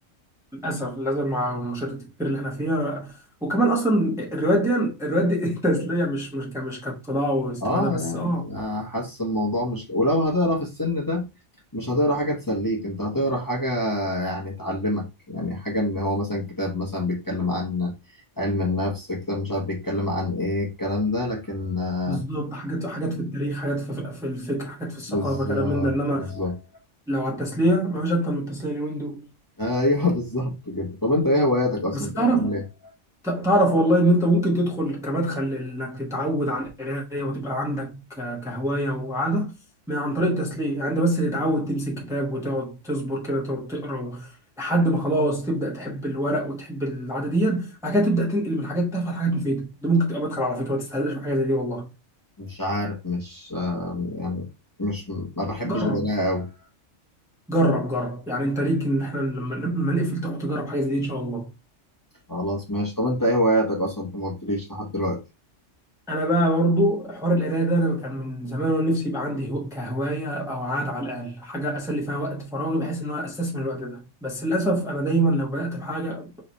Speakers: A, in the centre; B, on the left (about 15°).
A: للاسف لازم مع المشاهدات الكتير اللي احنا فيها وكمان اصلا الروايات دي الروايات دي <laughs> تسلية مش مش ك- مش كاطلاع واستفادة
B: اه
A: بس
B: يعني
A: اه
B: آه، حاسس الموضوع مش ولو هتقرا في السن ده مش هتقرا حاجة تسليك انت هتقرا حاجة يعني تعلمك يعني حاجة ان هو مثلا كتاب مثلا بيتكلم عن علم النفس كتاب مش عارف بيتكلم عن ايه الكلام ده لكن آه،
A: بالظبط حاجات حاجات في التاريخ حاجات في, في الفكر حاجات في الثقافه
B: بالظبط
A: كلام من ده انما
B: بالظبط
A: لو على التسليه ما فيش اكتر من التسليه اليومين دول
B: ايوه <laughs> بالظبط كده طب انت ايه هواياتك اصلا
A: بس
B: انت
A: تعرف
B: بتعمل ايه
A: ت- تعرف والله ان انت ممكن تدخل كمدخل انك تتعود على القرايه وتبقى عندك ك- كهوايه وعاده من عن طريق التسليه يعني انت بس تتعود تمسك كتاب وتقعد تصبر كده تقعد تقرا و- لحد ما خلاص تبدا تحب الورق وتحب العاده دي بعد كده تبدا تنقل من حاجات تافهه لحاجات مفيده ده ممكن تبقى مدخل على فكره ما تستهزئش بحاجه زي دي والله
B: مش عارف مش آه، يعني مش ما بحبش
A: جرب
B: القراءة قوي
A: جرب جرب يعني انت ليك ان احنا لما لما نقفل تروح تجرب حاجه زي دي ان شاء الله
B: خلاص ماشي طب انت ايه هواياتك اصلا انت ما قلتليش لحد دلوقتي
A: انا بقى برضو حوار القرايه ده انا كان من زمان وانا نفسي يبقى عندي هو- كهوايه او عاده على الاقل حاجه اسلي فيها وقت فراغي بحيث ان انا استثمر الوقت ده بس للاسف انا دايما لو بدات بحاجه ب-